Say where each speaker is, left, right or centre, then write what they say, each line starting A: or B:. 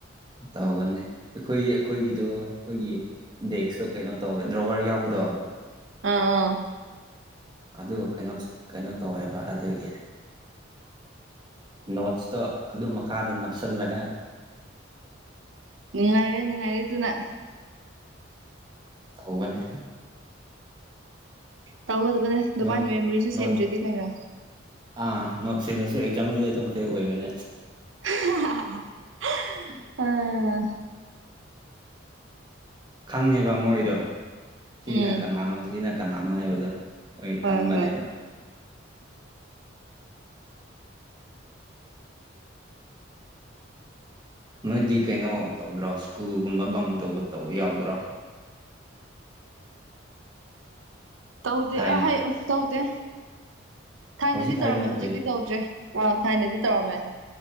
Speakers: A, on the right; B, on the right.
A: ꯇꯧꯕꯅꯤ ꯑꯩꯈꯣꯏ ꯑꯩꯈꯣꯏꯒꯤꯗꯣ ꯑꯩꯈꯣꯏꯒꯤ ꯗꯦꯛꯁꯇꯣ ꯀꯩꯅꯣ ꯇꯧꯋꯦ ꯗ꯭ꯔꯣꯋꯔ ꯌꯥꯎꯕꯗꯣ
B: ꯑꯥ ꯑꯥ
A: ꯑꯗꯨ ꯀꯩꯅꯣ ꯀꯩꯅꯣ ꯇꯧꯋꯦꯕ ꯑꯗꯨꯒꯤ ꯅꯣꯠꯁꯇꯣ ꯑꯗꯨ ꯃꯈꯥꯗ ꯅꯞꯁꯜꯂꯒ
B: ꯅꯨꯡꯉꯥꯢꯔꯦ ꯅꯨꯡꯉꯥꯢꯔꯦ ꯗꯨꯅ
A: ꯇꯧꯕꯅꯦ
B: ꯇꯧꯒꯗꯕꯅꯦ ꯗꯨꯕꯥꯥꯟꯅ
A: ꯅꯣꯠ
B: ꯃꯦꯃꯣꯔꯤꯁꯨ
A: ꯅꯣꯠ
B: ꯁꯦꯝꯗ꯭ꯔꯗꯤ ꯀꯩꯅꯣ
A: ꯑꯥ ꯅꯣꯠ ꯁꯤꯜꯂꯁꯨ ꯑꯦꯛꯖꯥꯝꯗꯗꯤ ꯑꯗꯨꯝ ꯐꯦꯜ ꯑꯣꯏꯕꯅꯦ
B: <unintelligible>
A: <inaudible>
B: ꯑꯥ
A: ꯈꯪꯉꯦꯕ ꯃꯣꯏꯗꯣ ꯁꯤꯅ
B: ꯎꯝ
A: ꯀꯅꯥꯅꯣ ꯁꯤꯅ ꯀꯅꯥꯅꯣ ꯍꯥꯏꯕꯗꯣ ꯍꯣꯏ ꯈꯪꯕꯅꯦꯕ
B: ꯍꯣꯢ ꯍꯣꯏ
A: ꯅꯣꯏꯗꯤ ꯀꯩꯅꯣ ꯇꯧꯗ꯭ꯔꯣ ꯁ꯭ꯀꯨꯜꯒꯨꯝꯕ ꯕꯪ ꯇꯧꯕ ꯇꯧꯕ ꯌꯥꯎꯗ꯭ꯔꯣ
B: ꯇꯧꯗꯦ
A: ꯊꯥꯏꯅ
B: ꯑ ꯍꯩ ꯇꯧꯗꯦ ꯊꯥꯏꯅꯗꯤ
A: ꯍꯧꯖꯤꯛ ꯍꯥꯏꯕ
B: ꯇꯧꯔꯝꯃꯦ
A: ꯅꯠꯇꯦ
B: ꯍꯧꯖꯤꯛꯇꯤ ꯇꯧꯗ꯭ꯔꯦ ꯑꯥ ꯊꯥꯏꯅꯗꯤ ꯇꯧꯔꯝꯃꯦ